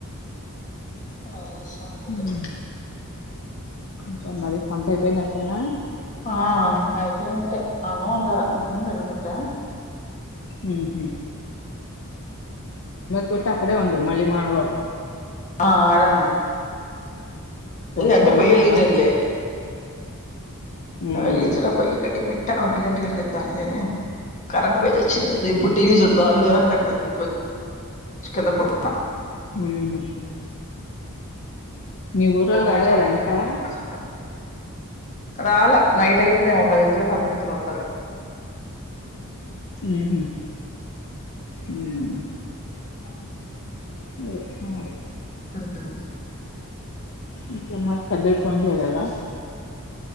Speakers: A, on the left; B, on the left.
A: ఆ. అవున.
B: ఉమ్ ఇంకా మరి వంట అయిపోయినట్టేనా.
A: ఆ అయిపోయినట్టే అన్నం వండలా బియ్యం కడిగి పెట్టా.
B: మ్మ్ హ్మ్ పెట్టి అక్కడే ఉండు మళ్ళీ మాడ కొడుతావ్.
A: ఆ ఆడే ఉంటా.
B: కొంచెం
A: అంటే
B: అన్నమేగా
A: పోయ్యి ఎలిగి చలే
B: ఉమ్
A: వెళ్ళే పొయ్యి కట్టే పెట్టా. ఒంటి గంటకి వెలిగిదంలేఏ కరెంట్ పోయి సచి. చ్చింది
B: ఉమ్
A: ఇప్పుడు టీవీ చూద్దాం అని దీవాన్ కాట్ కుచ్ కింద పడు.
B: హ్మ్. మీ ఊర్లోళ్ళు
A: ఫోన్
B: రాలేదా
A: లో చార్జింగ్
B: ఇంకా.
A: పెట్టుకుంటాం రాలా నైట్ అయితే దేమో పదింటికొ పదకొండింటికి వస్తారు.
B: హుహుమ్ ఆఆ.
A: అవున.
B: హ్మ్.
A: ఆహా.
B: ఇంకా మరి. పెద్దొడు ఫోన్ చేయలేదా.